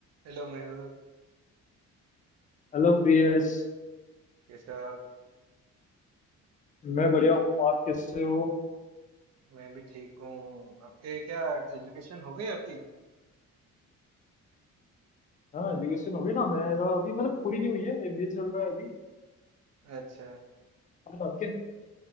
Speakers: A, on the right; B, on the left.
A: Hello Mayur
B: Hello Priyas
A: कैसे हो आप
B: मैं बढ़िया हूँ आप कैसे हो
A: मैं भी ठीक हूँ आपके क्या एजुकेशन हो गई आपकी
B: हाँ एजुकेशन हो गई ना मेरा अभी मतलब पूरी नहीं हुई है एमबीए चल रहा है अभी
A: अच्छा
B: और आपके